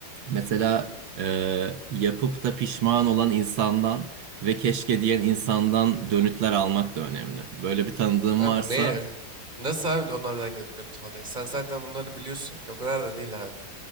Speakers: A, on the right; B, on the right.
A: Mesela e, yapıp da pişman olan insandan ve keşke diyen insandan dönütler almak da önemli. Böyle bir tanıdığım
B: Abi
A: varsa
B: neye? Nasıl abi onlardan gidip dönüp alacaksın? Sen zaten bunları biliyorsun ki o kadar da değil abi.